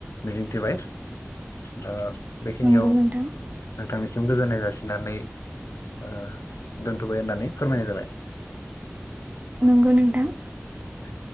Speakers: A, on the left; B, on the right.
A: मिजिंथिबाय दा। बेखिनियाव
B: नंगौ नोंथां
A: नोंथांनिसिम गोजोननाय जासिनानै ओ दोनथबाय होननानै फोरमायनाय जाबाय।
B: नंगौ नोंथा।
A: दे।